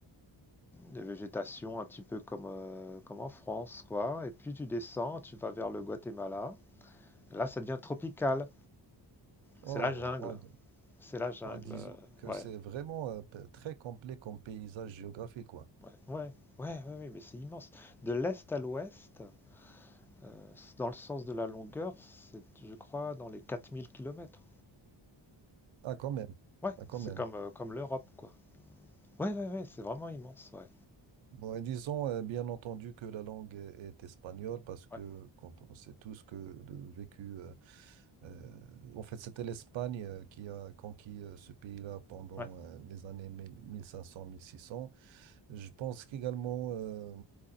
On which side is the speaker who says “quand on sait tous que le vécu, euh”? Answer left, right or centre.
Right